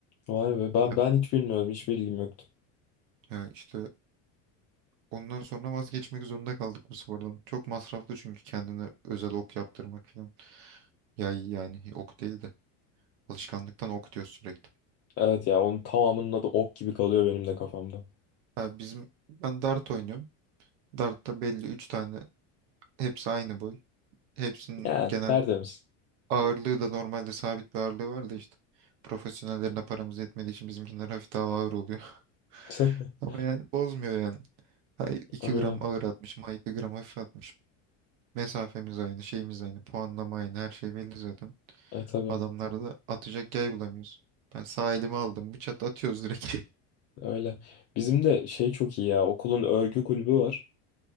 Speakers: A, on the left; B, on the right.
A: Vay be ben
B: Ya,
A: ben hiç bilmiyordum, hiç bilgim yoktu.
B: ya işte ondan sonra vazgeçmek zorunda kaldık bu spordan. Çok masraflı çünkü kendine özel ok yaptırmak falan. Yay yani ok değil de alışkanlıktan ok diyor sürekli.
A: Evet ya onun tamamının adı ok gibi kalıyor benim de kafamda.
B: Ha, bizim ben dart oynuyorum. Dart'ta belli üç tane hepsi aynı boy. Hepsinin
A: Yani
B: genel
A: tertemiz.
B: Ağırlığı da normalde sabit bir ağırlığı var da işte. Profesyonellerine paramız yetmediği için bizimkiler hafif daha ağır oluyor. <laughs>
A: <laughs>
B: Ama yani bozmuyor yani. Ha, 2
A: Öyle.
B: gram ağır atmışım, ha 2 gram hafif atmışım. Mesafemiz aynı, şeyimiz aynı, puanlama aynı, her şey belli zaten.
A: E tabii.
B: Adamlarda da atacak yay bulamıyoruz. Ben sağ elimi aldım, bıçak atıyoruz direkt.
A: Öyle. Bizim de şey çok iyi ya. Okulun örgü kulübü var.